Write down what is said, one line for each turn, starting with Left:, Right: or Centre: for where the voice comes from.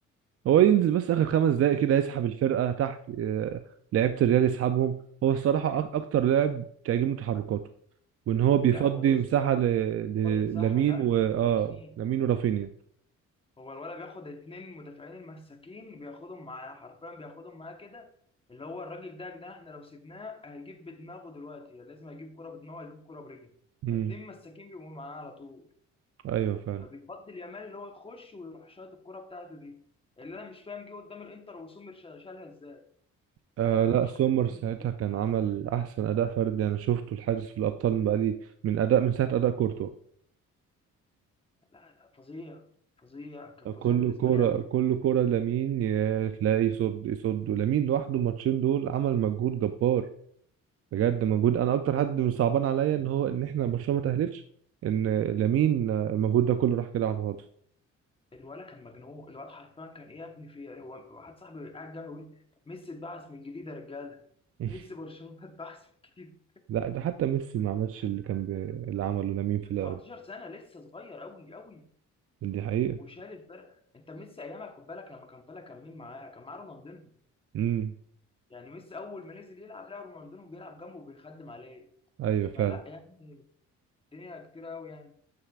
Right: هو ينزل بس اخر خمس دقايق كده يسحب الفرقه تحت آه، لعيبه الريال يسحبهم هو الصراحه أك- اكتر لاعب تعجبني تحركاته وان هو بيفضي
Left: لا هو بص
Right: مساحه ل... ل...
Left: برضه مساحه
Right: لامين
Left: جامده
Right: و اه
Left: اليمين
Right: لامين ورافينيا
Left: هو الولد بياخد اتنين مدافعين المساكين بياخدهم معاه حرفيا بياخدهم معاه كده اللي هو الراجل ده يا جدعان احنا لو سيبناه هيجيب بدماغه دلوقتي يعني لازم هيجيب كرة بدماغه هيجيب كرة برجله
Right: امم
Left: فاتنين مساكين بيبقوا معاه على طول
Right: ايوه فعلا
Left: فبيفضل يامال اللي هو يخش ويروح شايط الكرة بتاعته دي اللي انا مش فاهم جه قدام الانتر وسومر شا- شالها ازاي
Right: آه
Left: يعني انا
Right: لا
Left: مش
Right: سومر
Left: فاهم.
Right: ساعتها كان عمل احسن اداء فردي انا شفته الحارس في الابطال من بقالي من اداء من ساعه اداء كورتوا
Left: لا لا فظيع فظيع كان فظيع
Right: كل
Left: بالنسبة
Right: كرة
Left: لي قوي
Right: كل كرة لامين يا تلاقي يصد يصد ولامين لوحده الماتشين دول عمل مجهود جبار بجد مجهود انا اكتر حد صعبان عليا ان هو ان احنا برشلونه ما تاهلتش ان لامين المجهود ده كله راح كده على الفاضي
Left: الولد كان مجنون الولد حرفيا كان ايه يا ابني في إيه؟ هو واحد صاحبي قاعد جنبي بيقول لي، ميسي اتبعث من جديد يا رجاله
Right: <laughs>
Left: ميسي برشلونه <laughs> اتبعث من جديد
Right: لا ده حتى ميسي ما عملش اللي كان بي... اللي عمله لامين في
Left: 17
Right: الاول
Left: سنه لسه صغير قوي قوي
Right: دي حقيقه
Left: وشال الفرقه انت ميسي ايامك خد بالك لما كان طالع كان مين معاه كان معاه رونالدينو
Right: امم
Left: يعني ميسي اول ما نزل يلعب لقى رونالدينو بيلعب جنبه وبيخدم عليه
Right: ايوه فعلا
Left: فلا يعني الدنيا كتير قوي يعني